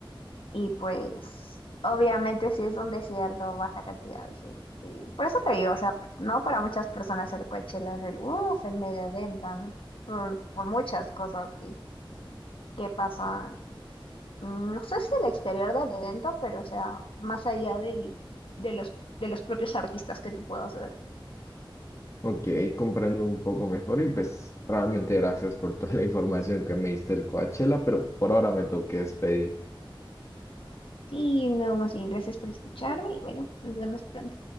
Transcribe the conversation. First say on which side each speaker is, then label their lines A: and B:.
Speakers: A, on the left (about 75°); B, on the left (about 35°).
A: Y pues, obviamente, si es un desierto, más la cantidad de gente. Y por eso te digo, o sea, no para muchas personas el Coachella es el, uff, el mega evento, ¿no? Por, por muchas cosas que, que pasan mm, no sé si el exterior del evento, pero o sea, más allá del, de los, de los propios artistas que tú puedas ver.
B: Ok, comprendo un poco mejor y pues realmente gracias por toda la <laughs> información que me diste del Coachella, pero por ahora me tengo que despedir.
A: Sí, no más bien, gracias por escucharme y bueno, nos vemos pronto.